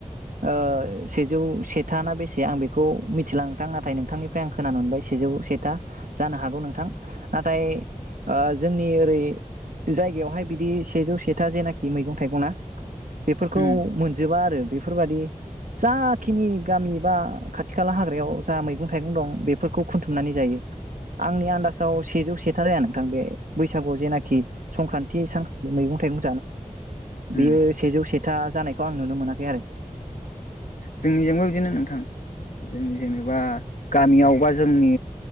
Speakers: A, on the right (about 80°); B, on the left (about 70°).
A: ओ सेजौ सेथा ना बेसे आं बेखौ मि थिलां नाथाय नोंथांनिफ्राय आं खोनानो मोनबाय सेजौ सेथा जानो हागौ गौ नोंथां नाथाय। ओ जोंनि ओरै जायगायावहाय बिदि सेजौ सेथा जेनाखि मैगं थाइगं ना। बेफोरखौ
B: उम
A: मोनजोबा आरो बेफोरबादि जाखिनि गामि बा खाथि खाला हाग्रायाव जा मैगं-थाइगं दं बेफोरखौ खुथुमनानै जायो आंनि आन्दाजाव सेजौ सेथा जाया नोंथां बे बैसागुआव जेनाखि संक्रानटि सानखालि मैगं-थाइगं बेयो
B: उम
A: सेजौ से था जानायखौ आं नुनो मोनाखै आरो
B: जोंनिजोंबो बिदिनो नोंथां जों जेनेबा गामियावबा जोंनि